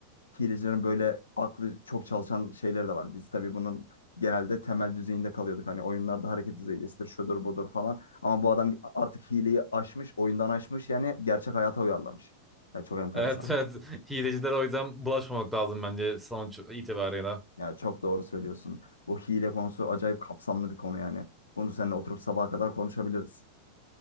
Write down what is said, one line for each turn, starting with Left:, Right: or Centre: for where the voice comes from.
Left: hilecilerin böyle aklı çok çalışan şeyleri de var. Biz tabii bunun genelde temel düzeyinde kalıyorduk. Hani oyunlarda hareket düzeylesidir, şudur budur falan. Ama bu adam artık hileyi aşmış, oyundan aşmış yani gerçek hayata uyarlamış. Yani çok enteresan.
Centre: Evet evet. Hilecilere o yüzden bulaşmamak lazım bence sonuç itibarıyla.
Left: Yani çok doğru söylüyorsun. Bu hile konusu acayip kapsamlı bir konu yani. Bunu seninle oturup sabaha kadar konuşabiliriz.